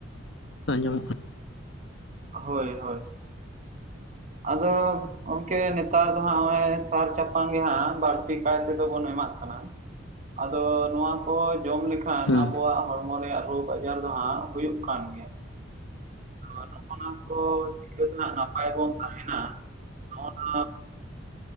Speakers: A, on the left; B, on the right.
A: ᱟᱸᱡᱚᱢᱚᱜ ᱠᱟᱱᱟ᱾
B: ᱦᱳᱭ ᱦᱳᱭ᱾ ᱟᱫᱚ ᱜᱚᱝᱠᱮ ᱱᱮᱛᱟᱨ ᱫᱚ ᱦᱟᱸᱜ ᱦᱚᱜ-ᱚᱭ ᱥᱟᱨ ᱪᱟᱯᱟᱱ ᱜᱮ ᱦᱟᱸᱜ ᱵᱟᱲᱛᱤ ᱠᱟᱭ ᱛᱮᱫᱚ ᱵᱚᱱ ᱮᱢᱟᱜ ᱠᱟᱱᱟ᱾ ᱟᱫᱚ ᱱᱚᱣᱟ ᱠᱚ ᱡᱚᱢ ᱞᱮᱠᱷᱟᱱ
A: ᱦᱮᱸ
B: ᱟᱵᱚᱣᱟᱜ ᱦᱚᱲᱢᱚ ᱨᱮᱭᱟᱜ ᱨᱳᱜᱽ ᱟᱡᱟᱨ ᱫᱚ ᱦᱟᱸᱜ ᱦᱩᱭᱩᱜ ᱠᱟᱱ ᱜᱮᱭᱟ᱾ ᱟᱫᱚ ᱱᱚᱜ-ᱚ ᱱᱟ ᱠᱚ ᱤᱠᱟᱹ ᱫᱚ ᱦᱟᱸᱜ ᱱᱟᱯᱟᱭ ᱵᱚᱱ ᱛᱟᱦᱮᱱᱟ ᱱᱚᱜ-ᱚ ᱱᱚᱣᱟ